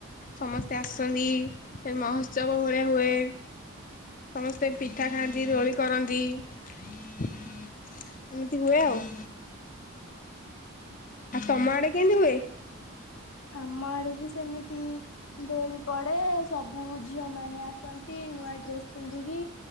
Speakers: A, on the left; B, on the left.
A: ସମସ୍ତେ ଆସନ୍ତି ମହୋତ୍ସବ ଭଳିଆ ହୁଏ। ସମସ୍ତେ ପିଠା ଖାଆନ୍ତି ଦୋଳି କରନ୍ତି ଏମିତି ହୁଏ ଆଉ। ଆଉ ତମ ଆଡେ କେମିତି ହୁଏ?
B: ଆମ ଆଡେ ବି ସେମିତି ଦୋଳି ପଡେ ସବୁ ଝିଅ ମାନେ ଆସନ୍ତି ନୂଆ ଡ୍ରେସ ପିନ୍ଧିକି